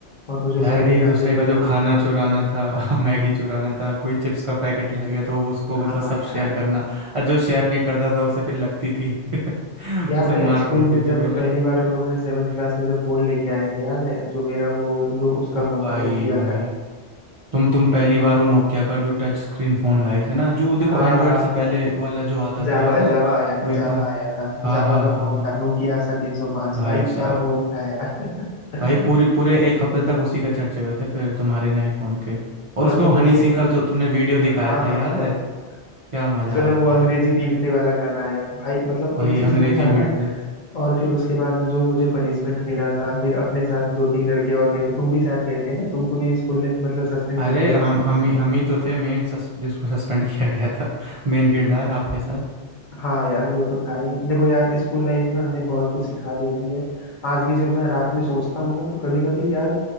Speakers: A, on the left; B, on the right.
A: और वो जो
B: यार
A: मैगी
B: एक
A: लाते
B: दूसरे
A: थे
B: का
A: भाई
B: जो खाना चुराना था <laughs> मैगी चुराना था कोई चिप्स का पैकेट ला गया तो उसको
A: हाँ
B: मतलब सब
A: यार
B: शेयर करना और जो शेयर नहीं करता था उसे फिर लगती थी <laughs>
A: याद
B: उसे
A: है
B: मार
A: स्कूल
B: पड़ती
A: में जब
B: थी फिर।
A: पहली बार हम लोगों ने सेवेंथ क्लास में जब फोन लेके आए थे याद है जो मेरा वो लो उसका
B: ओ
A: फोन
B: भाई
A: था नोकिया
B: भाई
A: का
B: तुम तुम पहली बार वो नोकिया का जो टच स्क्रीन फ़ोन लाए थे ना जो देखो
A: हाँ
B: एंड्रॉयड
A: हाँ
B: से
A: हाँ
B: पहले वाला जो आता
A: जावा
B: था याद
A: जावा
B: है
A: आया था
B: वो
A: जावा
B: एकदम
A: आया था
B: हाँ
A: जावा
B: हाँ
A: का
B: हाँ
A: फोन
B: हाँ
A: था नोकिया आसा 305
B: भाई
A: भाई क्या
B: साहब
A: फोन था यार
B: भाई पूरी
A: <laughs>
B: पूरे एक हफ्ते तक उसी का चर्चे हुए थे फिर तुम्हारे नए फ़ोन के और
A: और
B: उसमें
A: जो
B: वो हनी
A: मुझे
B: सिंह का जो तुमने वीडियो दिखाया
A: हाँ
B: था
A: हाँ
B: याद
A: हाँ
B: है
A: हाँ
B: क्या मज़ा
A: उस समय
B: आया
A: वो
B: था
A: अंग्रेजी
B: यार
A: बीटते वाला गाना आया तो भाई मतलब
B: वही
A: एक चीज
B: अंग्रेजी
A: ये था
B: बेट
A: ना
B: थे
A: और फिर उसके बाद जो मुझे पनिशमेंट मिला था फिर अपने साथ दो तीन लड़के और गए थे तुम भी साथ गए थे ना तुमको भी स्कूल ने मतलब सस्पेंड
B: अरे
A: कर दिया
B: हम हम ही हम ही तो थे मेन सस, जिसको सस्पेंड किया गया था <laughs> मेन किरदार आपके साथ
A: हाँ यार वो तो था ही देखो यार स्कूल लाइफ ना हमें बहुत कुछ सिखा देती है आज भी जब मैं रात में सोचता हूँ ना तो कभी कभी यार